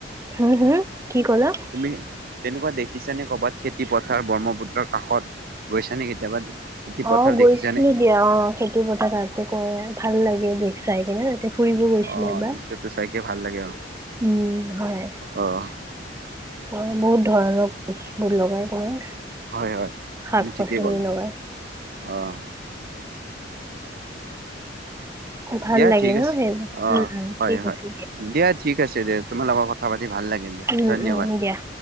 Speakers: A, on the right (about 15°); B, on the right (about 55°).
A: হম, হম, কি ক'লা?
B: তুমি তেনেকুৱা দেখিছা নে ক'ৰবাত খেতি পথাৰ ব্ৰহ্মপুত্ৰৰ কাষত গৈছানে কেতিয়াবা? খেতি পথাৰ
A: অ' গৈছিলো
B: দেখিছানে
A: দিয়া, অ' খেতি পথাৰ তাতে কৰে ভাল লাগে দে চাই কিনে। ফুৰিব গৈছিলো
B: অ
A: এবাৰ
B: দৃশ্যটো চাইকে ভাল লাগে আৰু
A: উম, হয়,
B: অ
A: বহুত ধৰণৰ গৈছোঁ। <inaudible> লগাই তোমাৰ
B: হয় হয়
A: শাক-পাচলি
B: তুমি ঠিকেই ক'লা
A: লগাই।
B: অ'
A: ভাল
B: দিয়া
A: লাগে
B: ঠিক
A: ন
B: আছে।
A: সেইবোৰ
B: অ'
A: উম উম
B: হয়,
A: ঠিক
B: হয়,
A: আছে
B: দিয়া। ঠিক আছে দিয়া, তোমাৰ লগত কথা পাতি ভাল লাগিল দিয়া,
A: উম
B: ধন্যবাদ
A: উম দিয়া